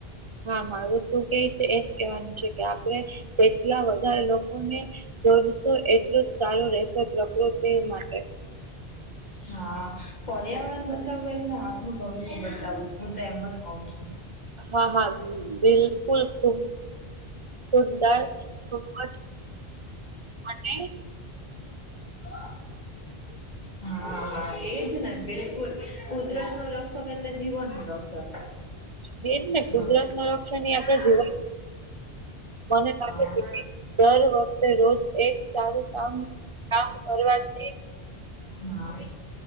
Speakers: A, on the right; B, on the left.
A: હા મારું તું કે એજ કેવાનું છે કે આપડે. તેટલા વધારે લોકોને જોડશો એટલું જ સારું રહેશે પ્રકૃતિ માટે.
B: આ. હા પર્યાવરણ બચાવવું એટલે આપનુંું ભવિષ્ય બચાવવું હું તો એમ જ કઉ છું.
A: હા હા બિલકુલ ખુબ. સુંદર ખૂબજ અને.
B: વાહ. હા હા એજ ને બિલકુલ કુદરત નું રક્ષક એટલે જીવન નું રક્ષક.
A: હેજ ને
B: સફ.
A: કુદરત ના રક્ષણ ની
B: હા
A: આપણે જીવન મને લાગે
B: હા.
A: છે કે દર વખતે રોજ એક સારું કામ કામ કરવાથી.
B: હા.